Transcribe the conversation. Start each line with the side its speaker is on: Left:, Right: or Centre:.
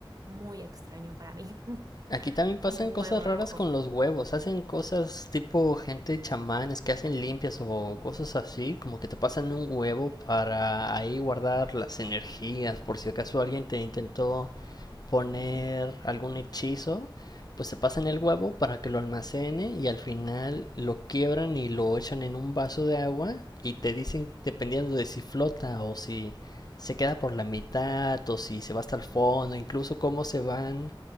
Right: muy extraño para mí. <laughs>
Left: Aquí también pasan
Right: Un
Left: cosas
Right: huevo
Left: raras
Right: rojo.
Left: con los huevos. Hacen cosas tipo gente chamanes que hacen limpias o cosas así, como que te pasan un huevo para ahí guardar las energías por si acaso alguien te intentó poner algún hechizo, pues se pasan el huevo para que lo almacene y al final lo quiebran y lo echan en un vaso de agua y te dicen dependiendo de si flota o si se queda por la mitad o si se va hasta el fondo, incluso cómo se van